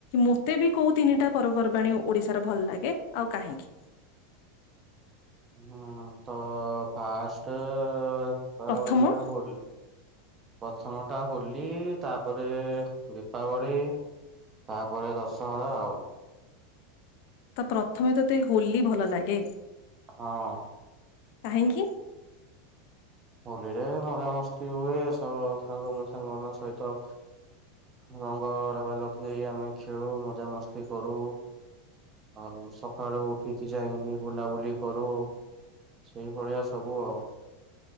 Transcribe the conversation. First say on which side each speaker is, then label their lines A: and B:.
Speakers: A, on the left; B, on the right.
A: ମତେ ବି କୋଉ ତିନିଟା ପର୍ବପର୍ବାଣିୀ ଓଡିଶାର ଭଲ ଲାଗେ ଆଉ କାହିଁକି।
B: ହୁଁ ତ ଫାଷ୍ଟ କହା
A: ପ୍ରଥମ
B: ଗଲେ ହ ପ୍ରଥମ ଟା ହୋଲି ତାପରେ ଦୀପାବଳି ତାପରେ ଦଶହରା ଆଉ।
A: ତ ପ୍ରଥମେ ତତେ ହୋଲି ଭଲ ଲାଗେ
B: ହଁ।
A: କାହିଁକି?
B: ହୋଲି ରେ ମଜାମସ୍ତି ହୁଏ ସବ ସା ସାଙ୍ଗ ସହିତ ରଙ୍ଗ ଲଗା ଲଗେଇ ହେଇ ଆମେ ଖେଳୁ ମଜାମସ୍ତି କରୁ ଆଉ ସକାଳୁ ଉଠିକି ଯାଇକି ବୁଲାବୁଲି କରୁ। ସେଇଭଳିଆ ସବୁ ଆଉ।